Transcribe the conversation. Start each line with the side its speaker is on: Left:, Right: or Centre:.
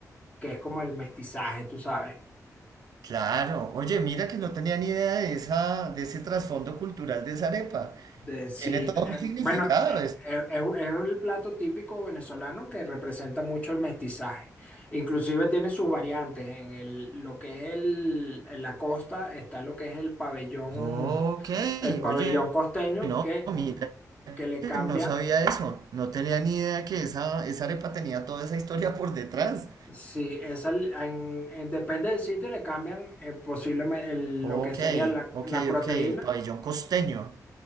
Left: que es como el mestizaje, tú sabes.
Right: Claro, oye, mira que no tenía ni idea de esa, de ese trasfondo cultural de esa arepa.
Left: Decir,
Right: Tiene todo
Left: eh,
Right: un significado
Left: bueno, eh,
Right: esto.
Left: eh, es, es el plato típico venezolano que representa mucho el mestizaje. Inclusive tiene sus variantes. En el, lo que es el, en la costa está lo que es el pabellón,
Right: Ok,
Left: el pabellón
Right: oye,
Left: costeño
Right: no,
Left: que,
Right: mira
Left: que le
Right: que
Left: cambia.
Right: no sabía eso. No tenía ni idea que esa, esa arepa tenía toda esa historia por detrás.
Left: Si es el- en- en- depende del sitio, le cambian eh, posiblemente lo
Right: Ok,
Left: que sería la,
Right: ok,
Left: la proteína.
Right: ok, el pabellón costeño.